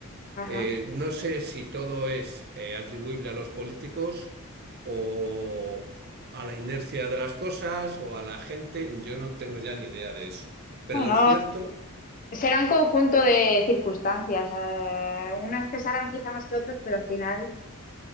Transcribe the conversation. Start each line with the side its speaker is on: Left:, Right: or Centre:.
Left: Ajá.
Right: Eh, no sé si todo es eh, atribuible a los políticos o a la inercia de las cosas o a la gente, yo no tengo ya ni idea de eso. Pero
Left: Bueno,
Right: lo cierto,
Left: Será un conjunto de circunstancias. eh, unas pesarán quizá más que otras, pero al final,